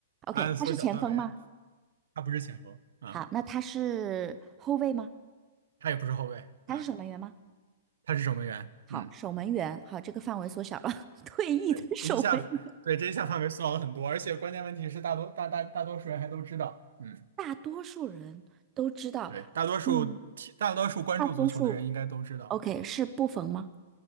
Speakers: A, on the right (about 20°); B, on the right (about 75°).
A: OK，
B: 答案缩小范围啊。
A: 他是前锋吗？
B: 他不是前锋啊，
A: 好，那他是后卫吗？
B: 他也不是后卫啊，
A: 他是守门员吗？
B: 他是守门员。
A: 好，
B: 嗯，
A: 守门员，好，这个范围缩小了，<laughs> 退役的守门员，
B: 对，这一下对这一下范围缩小了很多，而且关键问题是大多大大大多数人还都知道。嗯，
A: 大多数人都知道，
B: 对，大多数踢大多数关注足球的人应该都知道，
A: 嗯，大多数 OK 是布冯吗？